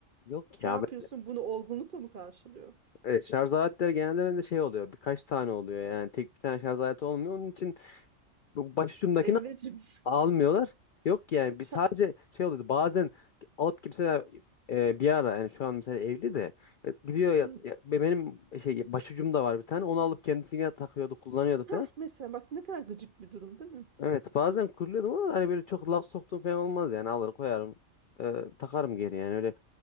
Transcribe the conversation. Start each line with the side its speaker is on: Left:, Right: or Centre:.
Left: Yok ya.
Right: Ne yapıyorsun?
Left: Ben,
Right: Bunu olgunlukla mı karşılıyorsun?
Left: Evet, şarj aletleri genelde bende şey oluyor. Birkaç tane oluyor yani. Tek bir tane şarj aleti olmuyor. Onun için bu başucumdakini
Right: Emreciğim.
Left: almıyorlar. Yok yani biz
Right: <laughs> şa-
Left: sadece şey oluyordu bazen alıp kimseler e, bir ara yani şu an mesela evli de e, gidiyor ya,
Right: Hı.
Left: ya- benim şey başucum da var bir tane onu alıp kendisine takıyordu kullanıyordu
Right: Hah,
Left: falan.
Right: mesela bak ne kadar gıcık bir durum değil mi?
Left: Evet bazen kuruluyordum ama hani böyle çok laf soktuğum falan olmaz yani alır koyarım e, takarım geri yani öyle